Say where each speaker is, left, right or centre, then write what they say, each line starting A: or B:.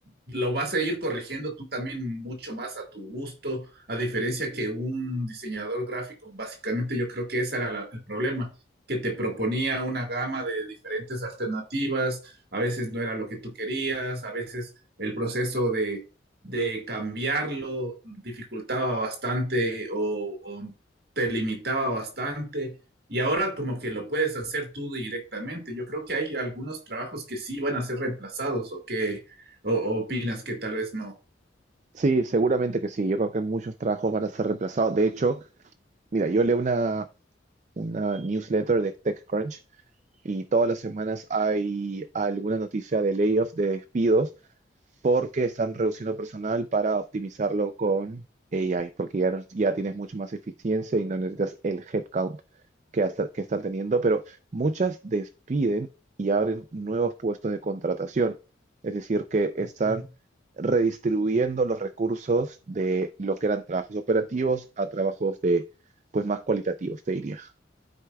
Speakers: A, on the right; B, on the right.
A: lo vas a ir corrigiendo tú también mucho más a tu gusto, a diferencia que un diseñador gráfico, básicamente yo creo que ese era la- el problema, que te proponía una gama de diferentes alternativas a veces no era lo que tú querías, a veces el proceso de, de cambiarlo dificultaba bastante o, o te limitaba bastante. Y ahora como que lo puedes hacer tú directamente. Yo creo que hay algunos trabajos que sí van a ser reemplazados o que o, o opinas que tal vez no.
B: Sí, seguramente que sí. Yo creo que muchos trabajos van a ser reemplazados. De hecho, mira, yo leo una, una newsletter de TechCrunch y todas las semanas hay alguna noticia de layoffs, de despidos, porque están reduciendo personal para optimizarlo con AI, porque ya, no- ya tienes mucho más eficiencia y no necesitas el headcount que, hasta- que están teniendo, pero muchas despiden y abren nuevos puestos de contratación, es decir, que están
A: Sí.
B: redistribuyendo los recursos de lo que eran trabajos operativos a trabajos de, pues, más cualitativos, te diría.